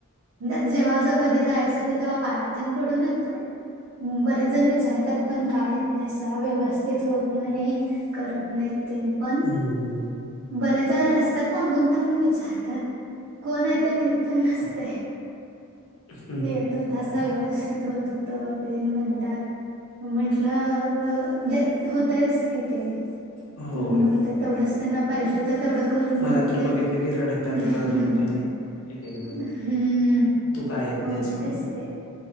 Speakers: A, on the right; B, on the left.
A: म्हणज जेव्हा ज कधी जायचं होत तेव्हा पायातन पडून येतोय. बरेच जण विचारतात पण काय येत नाही स व्यवस्थित होत नाही. करत नाहीत तरीपण.
B: हम.
A: बरेच जण रस्त्याात थांबून थांबून विचारतात कोण आहे ते माहिती. पण नसते
B: हं.
A: यात. तसा व्यवस्थित होत त ते म्हणतात. म्हटलं ज होतयस कि ते.
B: होय.
A: म्हणतय तेवढंच त्यांना पाहिजे होतं तेवढं करून
B: मला
A: घेतली
B: तर बघितलं की रडतातच
A: म्हणतय.
B: अजून पण एक-एक जण.
A: हम्म
B: तू का येत नाहीस
A: होतयच
B: म्हणून.
A: ते